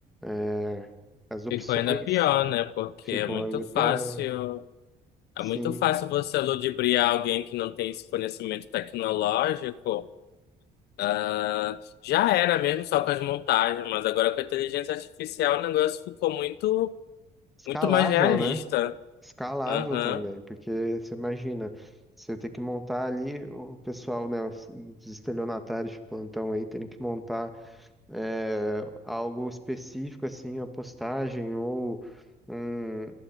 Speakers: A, in the centre; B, on the left (about 75°).
A: é, as opções
B: Ficou ainda pior, né? Porque
A: ficou
B: é muito
A: ainda
B: fácil,
A: pior. Sim,
B: é muito fácil você ludibriar alguém que não tem esse conhecimento tecnológico. Ah, já era mesmo só com as montagens, mas agora com a inteligência artificial o negócio ficou muito,
A: escalável,
B: muito mais realista.
A: né? escalável
B: Aham,
A: também, porque você imagina, você ter que montar ali o pessoal, né, os os estelionatários de plantão aí, terem que montar eh, algo específico, assim, a postagem ou um,